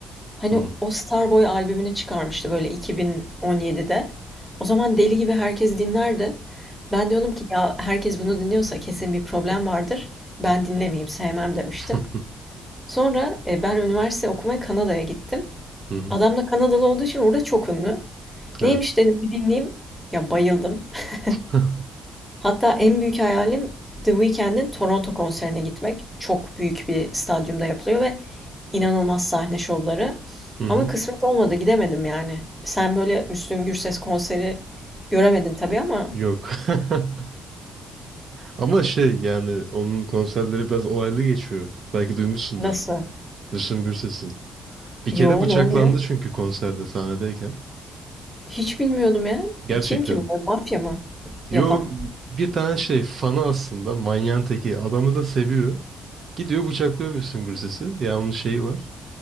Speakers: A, in the centre; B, on the right (about 50°).
A: Hani
B: Hı hı.
A: o Starboy albümünü çıkarmıştı böyle 2017'de. O zaman deli gibi herkes dinlerdi. Ben diyordum ki ya herkes bunu dinliyorsa kesin bir problem vardır. Ben dinlemeyeyim, sevmem demiştim.
B: <laughs>
A: Sonra, eee, ben üniversite okumaya Kanada'ya gittim.
B: Hı hı.
A: Adam da Kanadalı olduğu için orada çok ünlü. Neymiş
B: Evet.
A: dedim bir dinleyeyim. Ya bayıldım. <laughs>
B: <laughs>
A: Hatta en büyük hayalim The Weeknd'in Toronto konserine gitmek. Çok büyük bir stadyumda yapılıyor ve inanılmaz sahne şovları.
B: Hı hı.
A: Ama kısmet olmadı, gidemedim yani. Sen böyle Müslüm Gürses konseri göremedin tabii ama
B: Yok. <laughs> Ama şey yani onun konserleri biraz olaylı geçiyor. Belki duymuşsundur.
A: nasıl?
B: Müslüm Gürses'in. Bir
A: Yo,
B: kere bıçaklandı
A: ne oluyor?
B: çünkü konserde sahnedeyken.
A: Hiç bilmiyordum ya.
B: Gerçekten.
A: E, kim ki bu? Mafya mı
B: Yo
A: yapan?
B: bir tane şey fanı aslında manyağın teki. Adamı da seviyor. Gidiyor bıçaklıyor Müslüm Gürses'i. Ya onun şeyi var.